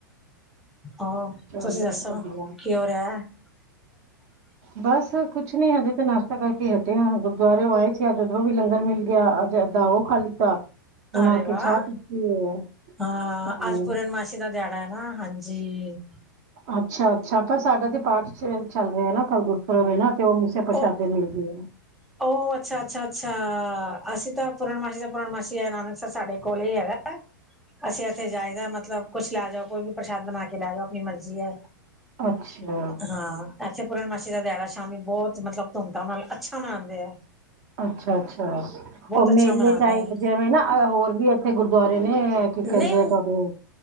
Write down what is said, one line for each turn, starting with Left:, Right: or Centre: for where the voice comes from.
Centre: ਹੋ ਤੁਸੀਂ
Right: ਚਲੋ
Centre: ਦੱਸੋ
Right: ਵਧੀਆ
Centre: ਕੀ ਹੋ ਰਿਆ? <inaudible>
Right: ਬਸ ਕੁਛ ਨੀ ਹਜੇ ਤਾਂ ਨਾਸ਼ਤਾ ਕਰਕੇ ਹਟੇ ਆ ਗੁਰਦੁਆਰਓ ਆਏ ਸੀ ਅੱਜ, ਉਦਰੋ ਵੀ ਲੰਗਰ ਮਿਲ ਗਿਆ ਅੱਜ ਏਦਾਂ ਉਹ ਖਾ ਲੀਤਾ, ਹੁਣ
Centre: ਅਰੇ
Right: ਆ
Centre: ਵਾਹ
Right: ਕੇ ਚਾਹ ਪੀਤੀ। ਹੈ
Centre: ਹਾਂ,
Right: ਹਮ
Centre: ਅੱਜ ਪੂਰਨ ਮਾਸ਼ੀ ਦਾ ਦਿਹਾੜਾ ਐ ਨਾ ਹਾਂਜੀ।
Right: ਅੱਛਾ-ਅੱਛਾ, ਪਰ ਸਾਡਾ ਤੇ <unintelligible> ਚੱਲ ਰਿਆ ਨਾ ਕਲ ਗੁ <unintelligible> ਉਹ ਮੀਸੇ ਪ੍ਰਸ਼ਾਦੇ
Centre: ਉਹ
Right: ਮਿਲਦੇ ਆ।
Centre: ਉਹ ਅੱਛਾ, ਅੱਛਾ, ਅੱਛਾ, ਅਸੀਂ ਤਾਂ ਪੂਰਨਮਾਸ਼ੀ ਦਾ ਪੂਰਨਮਾਸ਼ੀ ਇਹ ਨਾਨਕਸਰ ਸਾਡੇ ਕੋਲ ਈ ਹੈਗਾ। ਅਸੀਂ ਇੱਥੇ ਜਾਈਦਾ ਮਤਲਬ ਕੁੱਛ ਲੈ ਜਾਓ ਕੋਈ ਵੀ ਪ੍ਰਸ਼ਾਦ ਬਣਾ ਕੇ ਲੈ ਜਾਓ ਅਪਣੀ ਮਰਜੀ ਐ।
Right: ਅੱਛਾ ਅੱਛਾ
Centre: ਹਾਂ, ਇੱਥੇ ਪੂਰਨਮਾਸ਼ੀ ਦਾ ਦਿਹਾੜਾ ਸ਼ਾਮੀ ਬੌਤ ਮਤਲਬ ਧੂਮ ਧਾਮ ਨਾਲ ਅੱਛਾ ਮਨਾਂਦੇ ਐ।
Right: ਅੱਛਾ-ਅੱਛਾ, ਉਹ ਮੇਲੇ
Centre: ਅੱਛਾ ਮਨਾਉਂਦੇ
Right: ਟਾਈਪ
Centre: ਹੈ।
Right: ਜਿਵੇਂ ਨਾ ਹੋਰ ਵੀ ਇੱਥੇ ਗੁਰਦੁਆਰੇ ਨੇ ਕੀ
Centre: ਨਹੀਂ
Right: ਕੈਂਦੇ ਆ ਤੁਆਡੇ